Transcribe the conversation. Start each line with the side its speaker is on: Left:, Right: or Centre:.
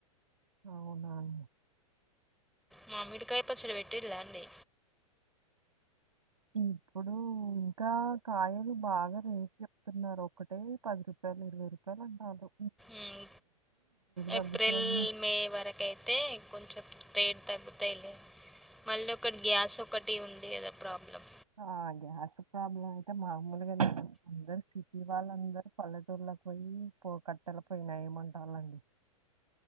Right: అవునాని
Centre: మామిడికాయ పుచ్చడి పెట్టిల్లా అండి
Right: ఇప్పుడు ఇంకా కాయలు బాగా రేట్ చెప్తున్నారు ఒక్కటే పది రూపాయలు ఇరవై రూపాయలు అంటాండ్రు
Centre: ఉమ్
Right: తగ్గుతుందని
Centre: ఏప్రల్
Right: చూస్తా
Centre: మే వరకైతే కొంచెం రేట్ తగ్గు తయ్ లే మళ్ళొకటి గ్యాస్ ఒకటి ఉంది కదా ప్రాబ్లం
Right: ఆ గ్యాస్ ప్రాబ్లం అయితే మామూలుగా లేదు అందరూ సిటీ వాళ్ళందరూ పల్లెటూళ్ళకి పోయి పో కట్టల పోయ్యి నయం అంటాలండి